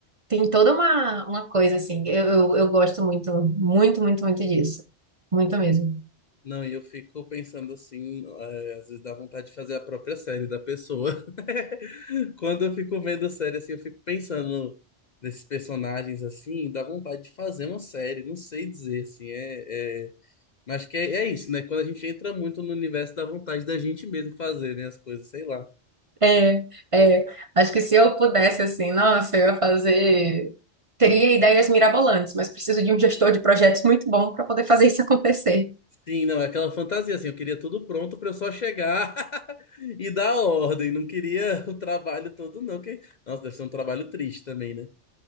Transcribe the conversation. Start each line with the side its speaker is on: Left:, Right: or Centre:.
Right: Tem toda uma, uma coisa assim. Eu, eu, eu gosto muito, muito, muito, muito disso. Muito mesmo.
Left: Não, e eu fico pensando assim, é, às vezes dá vontade de fazer a própria série da pessoa. <laughs> Quando eu fico vendo série assim, eu fico pensando nesses personagens assim, dá vontade de fazer uma série, não sei dizer assim, é, é... mas que é, é isso, né? Quando a gente entra muito no universo, dá vontade da gente mesmo fazer, né, as coisas, sei lá.
Right: É, é. Acho que se eu pudesse, assim, nossa, eu ia fazer. Teria ideias mirabolantes, mas preciso de um gestor de projetos muito bom para poder fazer isso <laughs> acontecer.
Left: Sim, não, é aquela fantasia assim, eu queria tudo pronto pra eu só chegar <laughs> E da ordem, não queria <laughs> o trabalho todo, não. Que... Nossa, deve ser um trabalho triste também, né?